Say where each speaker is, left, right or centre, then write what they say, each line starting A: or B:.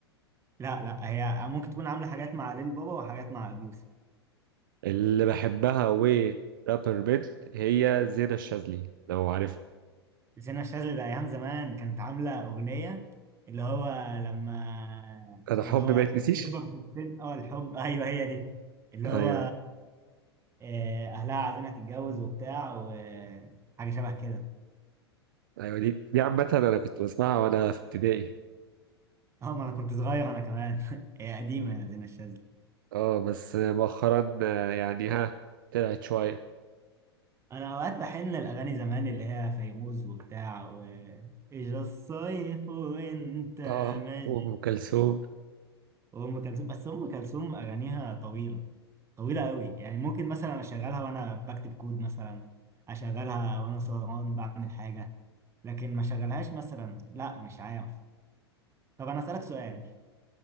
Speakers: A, on the right (about 20°); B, on the right (about 50°).
A: لا لا هي ممكن تكون عامله حاجات مع ليل بابا وحاجات مع ابو يوسف
B: اللي بحبها و رابر بيت هي زينة الشاذلي لو عارفها
A: زينة الشاذلي ده ايام زمان كانت عامله اغنيه اللي هو لما
B: انا
A: اللي
B: حبي
A: هو
B: ما يتنسيش
A: تكبر في السن اه الحب ايوه هي دي اللي
B: ايوه
A: هو آه، اهلها عايزينها تتجوز وبتاع وحاجه شبه كده
B: ايوه دي دي عامة انا كنت بسمعها وانا في ابتدائي
A: <laughs> اه ما انا كنت صغير انا كمان <laughs> هي قديمه يا زينة الشاذلي
B: اه بس مؤخرا آه، يعني ها طلعت شوية
A: انا اوقات بحن الاغاني زمان اللي هي فيروز وبتاع و اجا الصيف وانت
B: اه
A: ماشي
B: وام كلثوم
A: وام كلثوم بس ام كلثوم اغانيها طويله طويله قوي يعني ممكن مثلا اشغلها وانا بكتب كود مثلا اشغلها وانا سهران بعمل حاجه لكن ما اشغلهاش مثلا لا مش عارف طب انا اسالك سؤال